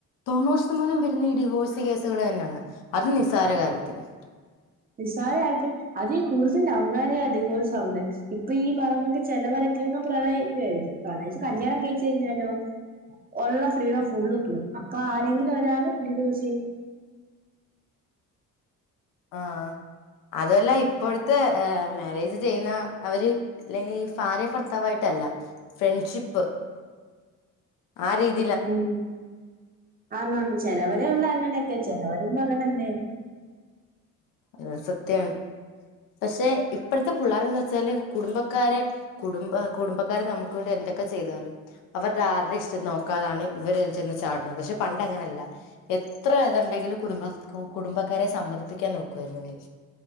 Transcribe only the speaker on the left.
തൊണ്ണൂറ് ശതമാനോം വരുന്ന ഈ ഡിവോഴ്സ് കേസുകൾ തന്നെയാണ് അതും നിസ്സാര കാര്യത്തിന്
ആഹ് അതുമല്ല ഇപ്പോഴത്തെ ഏഹ് മാരേജ് ചെയ്യുന്ന അവര് അല്ലെങ്കി ഈ ഭാര്യയും ഭർത്താവുമായിട്ടല്ല ഫ്രണ്ട്ഷിപ്പ് ആ രീതി
അത് സത്യാണ് പക്ഷെ ഇപ്പഴത്തെ പുള്ളാരെന്ന് വെച്ചാല് കുടുംബക്കാരെ കുടുംബ കുടുംബക്കാര് നമുക്ക് വേണ്ടി എന്തൊക്കെ ചെയ്താലും അവരുടെ ആരുടേം ഇഷ്ടം നോക്കാതാണ് ഇവര് ചെന്ന് ചാടുന്നത് പക്ഷെ പണ്ടങ്ങനല്ല എത്ര ഇതുണ്ടെങ്കിലും കുടുംബ കുടുംബക്കാരെ സമ്മതിപ്പിക്കാൻ നോക്കുവായിരുന്നു ഇവര്